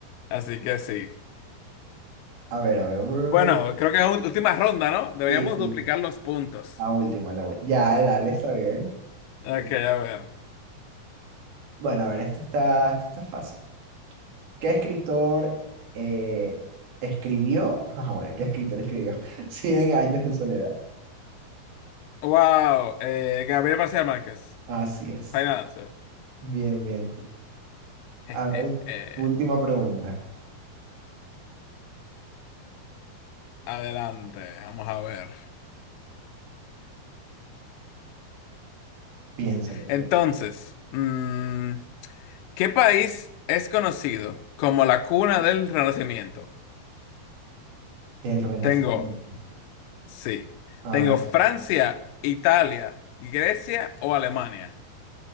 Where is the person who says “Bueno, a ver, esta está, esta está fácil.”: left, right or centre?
Right